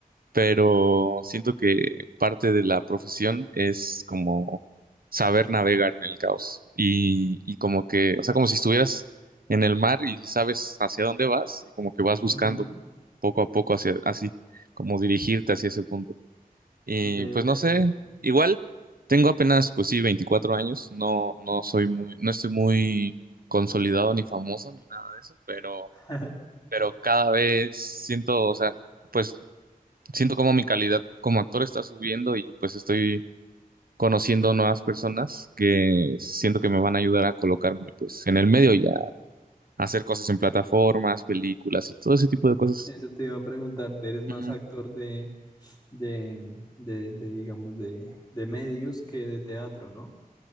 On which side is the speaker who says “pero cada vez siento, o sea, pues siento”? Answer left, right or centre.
Right